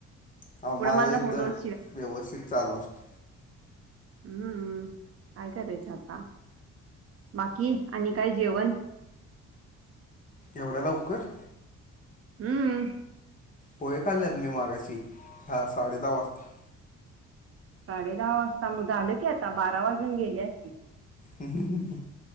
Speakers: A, on the left; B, on the right.
A: अंहो
B: एवढा
A: माझं
B: माझा
A: एकदंम
B: फोन रोज
A: व्यवस्थित चालूं असतो.
B: हम्मं कायं करायचं आतां बांकी आणि कायं जेवणं
A: एवढ्यां लवकरं
B: हम्मं
A: पोहे खाल्ल्यांत मी मंगाशी हां सांडे दहा वाजतां
B: सांडे दहा वाजतां मंग झालं की आतां बारां वाजूंन गेले की आता.
A: हं